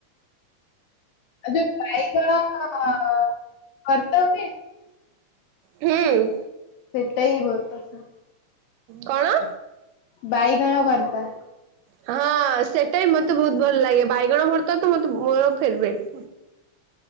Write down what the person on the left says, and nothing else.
ଆଉ ଯୋଉ ବାଇଗଣ-ଅ-ଅ-ଅ ଭର୍ତ୍ତା ହୁଏ?
ସେଇଥିପାଇଁ ବହୁତ ପସନ୍ଦ।
ବାଇଗଣ ଭର୍ତା।